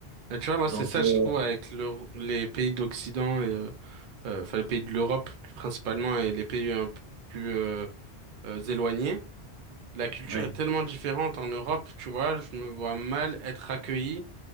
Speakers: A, on the right; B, on the right.
A: Et tu vois, moi,
B: Donc
A: c'est ça,
B: heu,
A: je trouve, avec le, les pays d'Occident et, euh, euh, enfin, les pays de l'Europe, principalement, et les pays un peu plus, euh, euh, éloignés. La culture
B: ouais,
A: est tellement différente en Europe, tu vois, je me vois mal être accueilli